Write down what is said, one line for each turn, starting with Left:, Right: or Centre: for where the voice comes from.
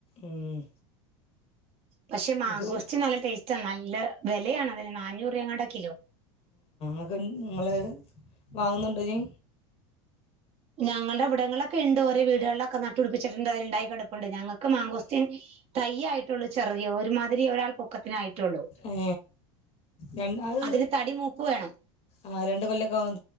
Left: ഉം.
Right: പക്ഷെ മാങ്കോസ്റ്റീൻ
Left: നമുക്ക്
Right: നല്ല ടേസ്റ്റാ നല്ല വിലയാണതിന് നാനൂറ് രൂപേങ്ങാണ്ടെ കിലോ
Left: ആഹ് ഇങ്ങള് വാങ്ങുന്നുണ്ടാ ഇനി
Right: ഞങ്ങൾടെ ഇവിടങ്ങളിലൊക്കെണ്ട് ഓരോ വീടുകളിലൊക്കെ നട്ടുപിടിപ്പിച്ചിട്ടുണ്ടായി ഉണ്ടായി കെടപ്പുണ്ട്, ഞങ്ങൾക്ക് മാങ്കോസ്റ്റീൻ
Left: ആ
Right: തൈയായിട്ടുള്ളൂ ചെറിയൊരുമാതിരി ഒരാൾ പൊക്കത്തിനായിട്ടുള്ളൂ,
Left: ഏ രണ്ട് അത്
Right: അതിന് തടി മൂപ്പ് വേണം.
Left: ആ രണ്ട് കൊല്ലൊക്കെ ആകും